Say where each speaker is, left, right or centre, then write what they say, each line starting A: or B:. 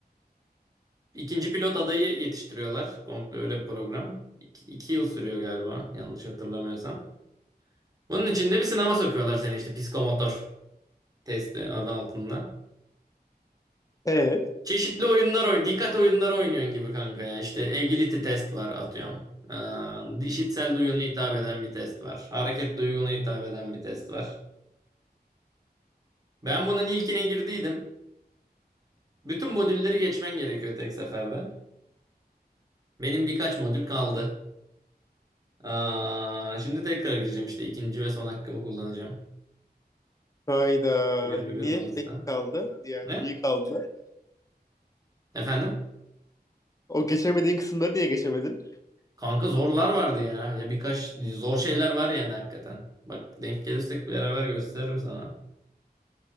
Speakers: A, on the right (about 20°); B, on the left (about 20°).
A: ikinci pilot adayı yetiştiriyorlar. Komple öyle bir program. İki, iki yıl sürüyor galiba. Yanlış hatırlamıyorsam. Bunun içinde bir sınava sokuyorlar seni işte. Psikomotor testi adı altında.
B: E
A: Çeşitli oyunlar oyun, dikkat oyunları oynuyorsun gibi kanka ya. İşte agility test var atıyorum. Eee işitsel duyuna hitap eden bir test var. Hareket duyguna hitap eden bir test var. Ben bunun ilkine girdiydim. Bütün modülleri geçmen gerekiyor tek seferde. Benim birkaç modül kaldı. Aa, şimdi tekrar gireceğim işte. ikinci ve son hakkımı kullanacağım.
B: hayda
A: 21
B: niye
A: Mayıs'ta.
B: tek kaldı? Diğer
A: Ne?
B: niye kaldı?
A: Efendim?
B: O geçemediğin kısımları niye geçemedin?
A: Kanka zorlar vardı ya. Ya birkaç zor şeyler var yani hakikaten. Bak denk gelirsek beraber gösteririm sana.